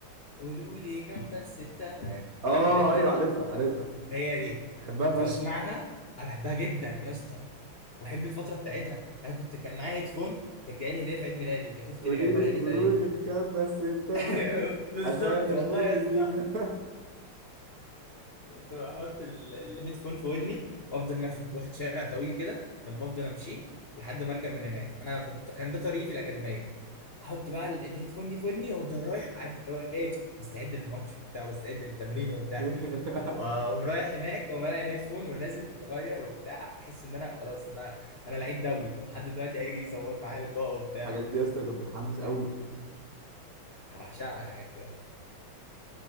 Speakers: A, on the left; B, on the right.
A: قولوا لي كام بس التمن
B: اه
A: عارفها
B: ايوه
A: دي
B: عارفها عارفها
A: هي دي
B: بحبها
A: كنت بسمعها
B: فشخ
A: انا بحبها جدا يا اسطى وبحب الفتره بتاعتها انا كنت كان معايا هيدفون كانت جايه لي هديه في عيد ميلادي كانت اختي
B: قولي
A: اللي جايبها
B: لي قولوا
A: لي تقريبا
B: لي بكام بس انت <laughs>
A: <laughs> بالظبط
B: عشان اشتري
A: والله يا اسطى
B: فيزا
A: كنت بحط ال- الهيدفون في ودني وافضل ماخد واخد شارع طويل كده ما بفضل امشيه لحد ما اركب من هناك انا كنت كان ده طريقي في الاكاديميه احط بقى ال- الهيدفون دي في ودني وافضل رايح عارف اللي هو ايه بستعد للماتش وبتاع وبستعد للتمرين وبتاع
B: <laughs>
A: واقوم رايح هناك ومالع الهيدفون ونازل مغير وبتاع احس ان انا خلاص انا انا لعيب دولي لحد دلوقتي هيجي يصور معايا لقاء وبتاع
B: الحاجات دي يا اسطى كانت بتحمس قوي
A: كده. انا بعشقها الحاجات دي والله